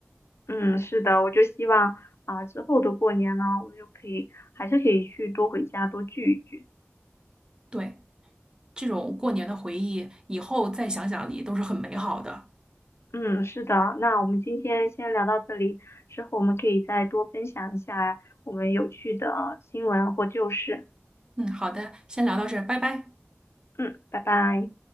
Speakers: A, on the left; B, on the right.
A: 嗯，是的，我就希望啊、之后的过年呢，我们就可以还是可以去多回家多聚一聚。
B: 对，这种过年的回忆，以后再想想也都是很美好的。
A: 嗯，是的，那我们今天先聊到这里，之后我们可以再多分享一下我们有趣的新闻或旧事。
B: 嗯，好的，先聊到这儿，拜拜。
A: 嗯，拜拜。